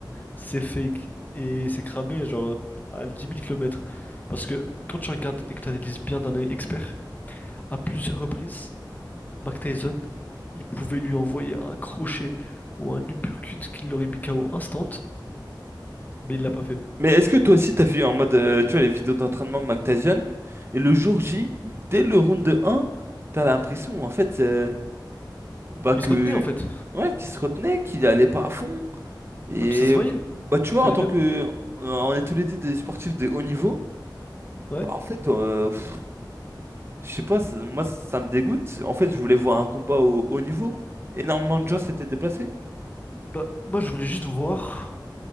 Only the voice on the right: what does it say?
Mais est-ce que toi aussi t'as vu en mode, euh, tu vois, les vidéos d'entraînement de Mactasian, et le jour J, dès le round 1, t'as l'impression en fait euh, bah que
ouais, qu'il se retenait, qu'il allait pas à fond. Et
bah tu
vois,
en tant
que euh, on est tous les deux des sportifs de haut niveau,
bah en fait, euh, pff, je sais pas, ça- moi ça me dégoûte. En fait, je voulais voir un combat au haut niveau. Énormément de gens
s'étaient déplacés.